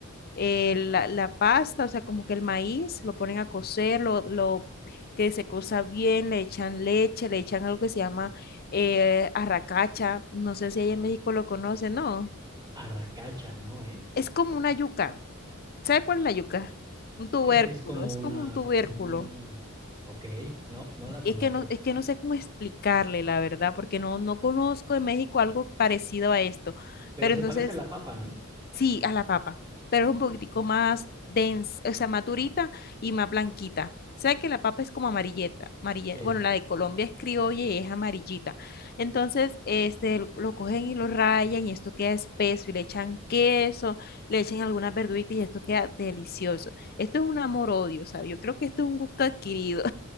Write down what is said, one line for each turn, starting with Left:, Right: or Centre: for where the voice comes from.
Left: eh, la, la pasta, o sea, como que el maíz, lo ponen a cocer, lo, lo que se cosa bien, le echan leche, le echan algo que se llama eh, arracacha, no sé si allá en México lo conocen, no,
Right: Arracacha, ¿no? ¿Eh?
Left: es como una yuca. ¿Sabe cuál es la yuca? Un tubérculo,
Right: Que es como
Left: es
Right: una...
Left: como un tubérculo.
Right: mm, ok, no, no la conozco.
Left: Es que no, es que no sé cómo explicarle, la verdad, porque no, no conozco en México algo parecido a esto.
Right: Pero
Left: Pero
Right: se
Left: entonces
Right: parece a la papa, ¿no?
Left: Sí, a la papa, pero es un poquitico más densa, o sea, más durita y más blanquita. ¿Sabes que la papa es como amarilleta? amarille-
Right: Sí,
Left: Bueno, la de Colombia es criolla y es amarillita. Entonces, este, lo lo cogen y lo rayan y esto queda espeso y le echan queso, le echan algunas verduritas y esto queda delicioso. Esto es un amor-odio, ¿sabes? Yo creo que esto es un gusto adquirido.